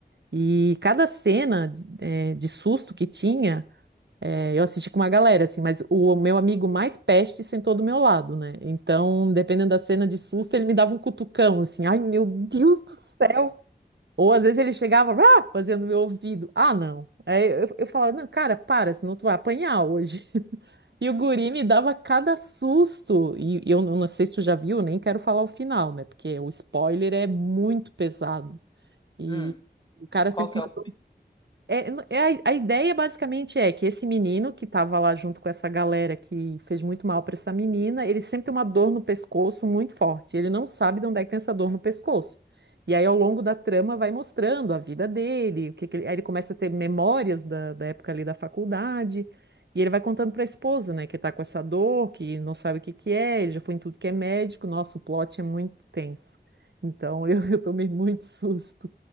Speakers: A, on the right; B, on the left.
A: E cada cena de eh, de susto que tinha. É, Eu assisti com uma galera, assim, mas o meu amigo mais peste sentou do meu lado, né? Então, dependendo da cena de susto, ele me dava um cutucão, assim, ai meu Deus do céu! Ou às vezes ele chegava, ah, fazendo meu ouvido, ah, não. Aí eu, eu falava, não, cara, para, senão tu vai apanhar hoje. <laughs> E o guri me dava cada susto, e eu não sei se tu já viu, nem quero falar o final, né? Porque o spoiler é muito pesado. E
B: Hum,
A: o cara sempre
B: qual que
A: com uma
B: é o.
A: é, n- é a, a ideia basicamente é que esse menino que estava lá junto com essa galera que fez muito mal para essa menina, ele sempre tem uma dor no pescoço muito forte. Ele não sabe de onde é que tem essa dor no pescoço. E aí, ao longo da trama, vai mostrando a vida dele, o que que ele, aí ele começa a ter memórias da, da época ali da faculdade. E ele vai contando para a esposa, né, que está com essa dor, que não sabe o que que é, ele já foi em tudo que é médico. Nossa, o plot é muito tenso. Então, eu, <laughs> eu tomei muito susto.